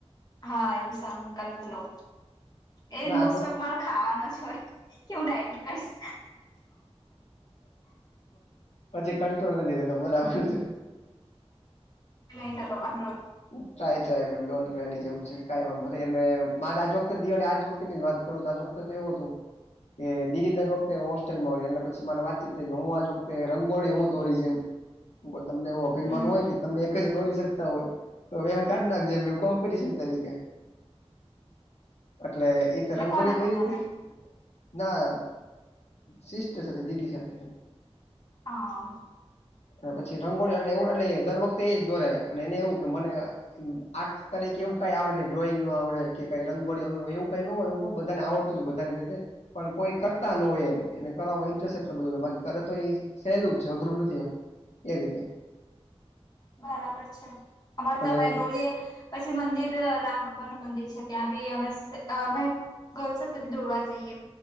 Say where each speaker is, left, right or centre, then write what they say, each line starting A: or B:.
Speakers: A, on the left; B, on the left.
A: હા એવું સકલ્પ લઉ. એ
B: ના
A: મોસ્ટ
B: જો
A: ઓફ મારો ખાવાનો જ હોય કેવું ડાયટિંગ કરીશ.
B: પછી કંટ્રોલ નથી લેતો બરાબર.
A: ન થતો મારો.
B: ટ્રાય ટ્રાય પણ ડોન્ટ ટ્રાય ની જેવું છે. કઈ વાંધો નહી એ મા આજ વખતે દિવાળી આજ વખતે જ વાત કરું આજ વખતે તો એવું હતું કે દીદી દર વખતે હોસ્ટેલમાં હોય એટલેછી મારે વાતચીત થઈ કે હું આજ વખતે રંગોળી હું દોડીશ એમ. તમને એવો અભિમાન
A: હમ
B: હોય કે તમે એક જ દોરી શકતા હોય. તો હવે એમ કાઢ નાખજ કોમ્પિટશન તરીકે એટલે એ તો
A: એટલે
B: રંગોળી
A: કોને
B: દઈ
A: કહો તમે
B: હતી ના સિસ્ટર સાથે દીદી સાથે.
A: હા.
B: અને પછી રંગોળી એટલે એવું એટલે દર વખતે એજ દોરે અને એને એવું કે મને આર્ટ તરીકે એવું કઈ આવડે ને ડ્રોઈંગું આવડ કે કઈ રંગોળીું એવું કઈ ન હોય. બધાને આવડતું હતું બધાને રીતે. પણ કોઈ કરતા ન હોય એમ એને કરવામાં ઇન્ટરેસ્ટ એટલો બધુંને બાકી કરે તો એ સહેલું જ છે અઘરું નથી આમ એ રીતે.
A: બરાબર છે અમારે
B: અને
A: તો અમે દોળએ પછી મંદિર રામ ભગવાન નું મંદિર છે ત્યાં બી અમે અમે ગર્લ્સ જ બધી દોરવા જઈએ.